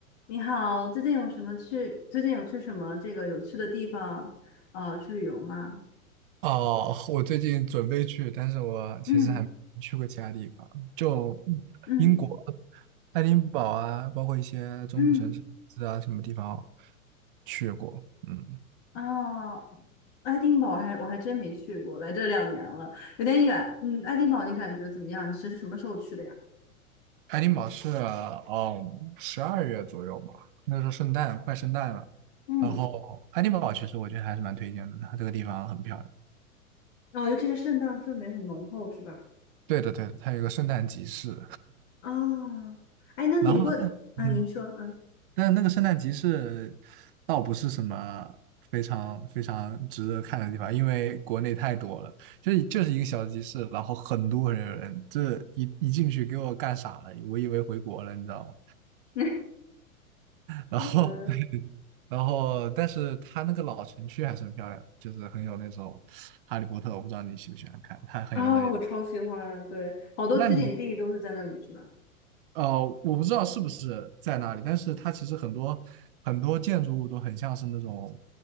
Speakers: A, on the left (about 50°); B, on the right (about 40°).
A: 你好，最近有什么去？最近有去什么这个有趣的地方，啊？去旅游吗？
B: 哦，我最近准备去，但是我其实还没去过其他地方，
A: 嗯
B: 就
A: 嗯
B: 英国爱丁堡啊，包括一些中部城市啊，
A: 嗯，
B: 什么地方去过。嗯，
A: 啊，爱丁堡还我还真没去过，来这两年了，有点远。嗯，爱丁堡你感觉怎么样？你是什么时候去的呀？
B: 爱丁堡是嗯十二月左右吧，那时候圣诞快圣诞了。
A: 嗯，
B: 然后爱丁堡其实我觉得还是蛮推荐的，它这个地方很漂亮。
A: 哦，尤其是圣诞氛围很浓厚，是吧？
B: 对的，对的，它有一个圣诞集市，
A: 啊，
B: <laughs>
A: 哎，那你如果，
B: 然后呢，
A: 啊，
B: 嗯。
A: 您说，嗯
B: 但那个圣诞集市倒不是什么非常非常值得看的地方，因为国内太多了，就是就是一个小集市，然后很多人有人，这一一进去给我干傻了，我以为回国了，你知道吗？
A: <laughs>
B: 然后
A: 嗯，
B: <laughs> 然后，但是它那个老城区还是很漂亮的，就是很有那种《哈利波特》，我不知道你喜不喜欢看，它很有那一。
A: 啊，我超喜欢，对，好多取景地都是在那里，
B: 那你
A: 是吧？
B: 呃，我不知道是不是在那里，但是它其实很多很多建筑物都很像是那种